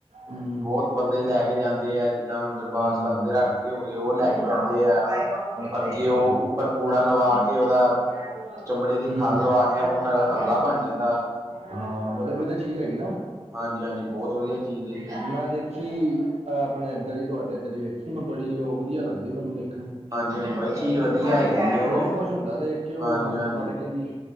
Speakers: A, on the right; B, on the right.
A: ਹਮ।
B: ਬਹੁਤ ਬੰਦੇ ਲੈ ਕੇ ਜਾਂਦੇ ਆ। ਜਿੱਦਾ ਹੁਣ ਦਰਬਾਰ
A: ਹੂੰ
B: ਸਾਹਿਬ ਦੇ ਰਾਗੀ ਹੋਗੇ, ਉਹ ਲੈ ਕੇ ਜਾਂਦੇ ਆ।
A: ਅੱਛਾ
B: ਅੱਗੇਉ
A: ਅੱਛਾ
B: ਉੱਪਰ ਪੂਰਾ ਲਵਾ ਕੇ ਉਹਦਾ
A: <inaudible>
B: ਚਮੜੇ ਦੀ ਖਲ ਲਵਾ ਕੇ ਉਹਨਾਂ ਦਾ ਤਬਲਾ ਬਣ ਜਾਂਦਾ।
A: ਹਾਂ ਬੜੇ ਵਧੀਆ ਚੀਜ਼ ਹੈਗੀ ਨਾ ਉਹ।
B: ਹਾਂਜੀ-ਹਾਂਜੀ, ਬਹੁਤ ਵਧੀਆ। ਚੀਜ਼ ਹੈ ਜੀ
A: ਮੈਂ ਦੇਖੀ ਅ ਆਪਣੇ ਇਧਰ ਈ ਤੁਹਾਡੇ ਇਧਰ ਵੇਖੀ। ਮੈਂ ਬੜੀ ਉਹ ਵਧੀਆ ਲੱਗਦੀ ਮੈਨੂੰ। ਦੇਖੀ
B: ਹਾਂਜੀ-ਹਾਂਜੀ, ਬਾਈ ਚੀਜ਼ ਵਧੀਆ ਹੈਗੀ ਉਹ,
A: ਦਿਲ ਖੁਸ਼ ਹੁੰਦਾ ਦੇਖ ਕੇ ਉਹ
B: ਹਾਂਜੀ-ਹਾਂਜੀ।
A: ਹੱਥ ਚ ਫੜ ਕੇ ਵੀ